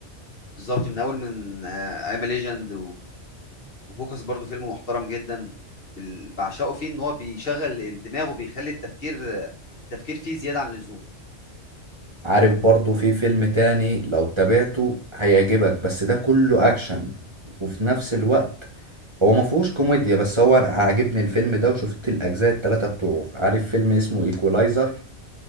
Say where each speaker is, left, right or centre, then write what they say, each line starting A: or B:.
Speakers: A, on the left; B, on the right.
A: بالظبط من اول من ايام ليجند وفوكس برضو فيلم محترم جدا بال- بعشقه فيه ان هو بيشغل الدماغ وبيخلي التفكير التفكير فيه زيادة عن اللزوم
B: عارف برضو في فيلم تاني لو تابعته هيعجبك بس ده كله اكشن وفي نفس الوقت هو ما فيهوش كوميديا بس هو انا عاجبني الفيلم ده وشفت الاجزاء التلاتة بتوعه عارف فيلم اسمه ايكولايزر